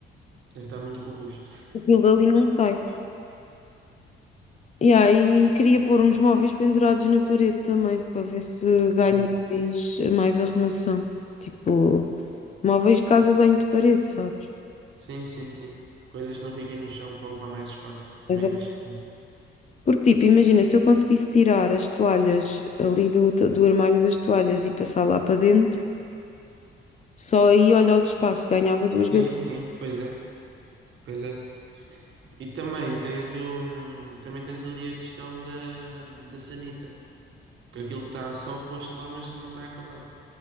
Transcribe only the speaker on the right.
Deve estar muito robusto.
Sim,
sim, sim. sim. Coisas que não fiquem no chão para ocupar mais espaço. Também
acho que.
Sim, sim, pois é, pois é. E também tens o. hum, Também tens ali a questão da, da sanita. Que aquilo está só posto lá, mas não está acabado.